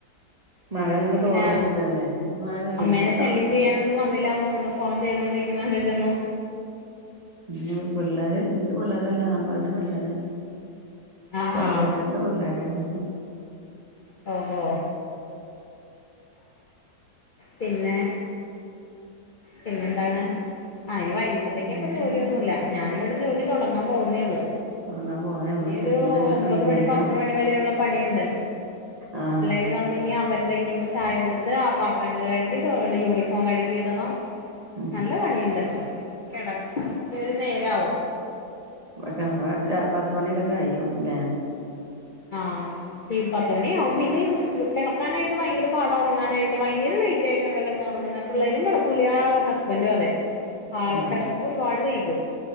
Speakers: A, on the left (about 80°); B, on the right (about 35°).
A: വേറെ
B: മഴ
A: ഇങ്ങനെ
B: തോർന്ന്ക്കല്ലേ ഇനി മഴ പെയ്യുമ്പഴേ
A: അമ്മേനെ ശല്യം ചെയ്യാനൊന്നും വന്നില്ല തോന്നുണു ഫോൺ ചെയ്തുകണ്ടിരിക്കുന്നത് സമയത്ത് വന്നു
B: ഇ പിള്ളോര് എന്റെ പിള്ളേരെല്ല അങ്ങൾടെ പിള്ളോരാണ്
A: ആഹ്
B: സഹോദര്ന്റെ
A: ആഹ്
B: പിള്ളേരാണ്
A: ഓഹോ പിന്നെ പിന്നെന്താണ് ആ ഇനി വൈകിട്ടത്തേക്കപ്പ
B: പിന്നെന്താ
A: ജോലിയൊന്നുല്ല. ഞാനിവിടെ ജോലി തൊടങ്ങാൻ പോകുന്നേള്ളൂ.
B: ഒറങ്ങാൻ പോന്നേ ഉള്ളൂ
A: ഇനിയൊരു
B: ചെമ്മീനൊക്കെ
A: ഒമ്പത്
B: ക്ലീൻ
A: മണി,
B: ചെയ്യണം
A: പത്ത് മണി വരെയുള്ള പണിയുണ്ട്.
B: ആഹ്
A: ഇവര് വന്ന് ഇനി അവര്ടെ ഇനിയിപ്പോ ചായ കൊടുത്ത് ആ പാത്രങ്ങൾ കഴുകി യൂണിഫോം കഴുകി ഇടണം.
B: ഉം
A: നല്ല പണിയുണ്ട് കെടക്ക ഒരു നേരാവും
B: ക്കെ അപ്പൊ പത്ത്മണിയൊക്കെ കഴിയും ലേ
A: ആഹ് ഈ പത്ത് മണി ആകും പിന്നെ കെടക്കാനായിട്ട് ഭയങ്കര പാട ഒറങ്ങാനായിട്ട് ഭയങ്കര ലൈറ്റ് ആയിട്ട് ഇവിടെ കെടന്ന് ഒറങ്ങുന്നെ പിള്ളേരും കെടക്കൂല്ല ആ ഹസ്ബൻഡും അതെ ആള്
B: ആഹ്
A: കെടക്കുമ്പ ഒരുപാട് വൈകും.